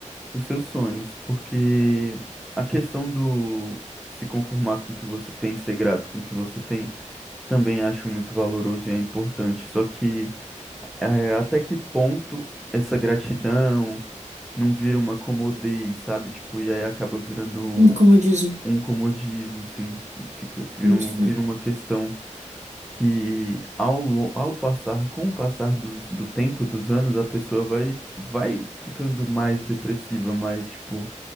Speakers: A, in the centre; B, on the right.
A: os seus sonhos, porque a questão do se conformar com o que você tem, ser grato com o que você tem, também acho muito valoroso e é importante. Só que eh, até que ponto essa gratidão não vira uma comodez, sabe? Tipo, e aí acaba virando um,
B: Um Comodismo.
A: um comodismo, assim, fica, vira,
B: Boto
A: um-
B: fé.
A: vira uma questão que ao, lo- ao passar, com o passar dos, do tempo, dos anos, a pessoa vai, vai ficando mais depressiva, mais, tipo